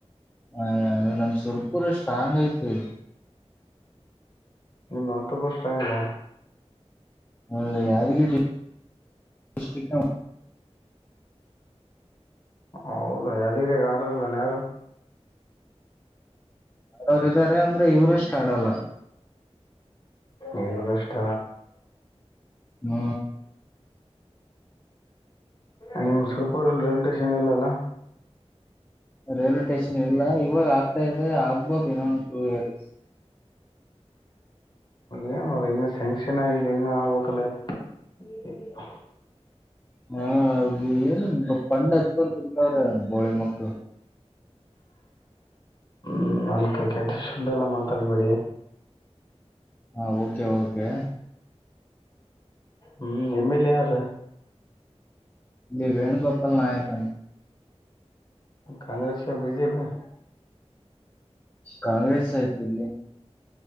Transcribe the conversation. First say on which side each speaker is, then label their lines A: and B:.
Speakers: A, on the left (about 15°); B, on the left (about 40°).
A: ಆ ನಮ ಸುರ್ಪುರ ಸ್ಟ್ರಾಂಗ್ ಐತಿ
B: ನಿಮಮ್ಮ್ ಅಂತ ಬಷ್ಟಂಗರ
A: ಹ ಯಾದಗಿರಿ ಡಿಸ್ಟ್ರಿಕ್
B: ಹೌದಾ ಯಾದಗಿರಿ ದಾಗ ಆಡ್ರಲ್ಲ ಯಾರು
A: ಆಡೋರುಾರೆ ಅಂದ್ರೆ ಇವರುಷ್ಟ ಆಡಲ್ಲ
B: ಏನು ಕಷ್ಟ
A: ಹ್ಮ
B: ನಿಮ ಸರ ಪುರಲಿ ರೈಲ್ ಸ್ಟೇಷನ್ ಇಲ್ಲ ಅಲ್ಲ
A: ರೈಲ್ವೆ ಸ್ಟೇಷನ್ ಇಲ್ಲ ಇವಾಗ ಆಗ್ತಾ ಇದೆ ಆಗ್ಬೋದು ಇನ್ ಒನ್ ಟೂ ಇಯರ್ಸ್
B: ಏನನೋ ಡ್ರ ಇನ್ನು ಸ್ಯಾಂಕ್ಷನ್ ಆಗಿದೆ ಇನ್ನು ಆಬಕ್ಕಲ್ಲ ಹ್ಮ
A: ಹ ಏನು ಪಂಡ ಹತ್ಕಲ್ ತಿಂತವ್ರೆ ಬೋಳೆ ಮಕ್ಳು
B: ಹ್ಮ ನಾಕ ಕೆಟ ಶುದ್ದಲ್ಲ ಮಾತಾಡ್ಬೇಡಿ
A: ಹ ಓಕೆ ಓಕೆ
B: ಹ್ಮ್ ಎಮ್ ಎಲ್ ಎ ಯಾರ
A: ಇಲ್ಲಿ ವೇಣುಗೋಪಾಲ್ ನಾಯಕ್ ಅಂತ
B: ಕಾಂಗ್ರೆಸ್ ಬಿಜೆಪಿ
A: ಕಾಂಗ್ರೆಸ್ ಆಯ್ತು ಇಲ್ಲಿ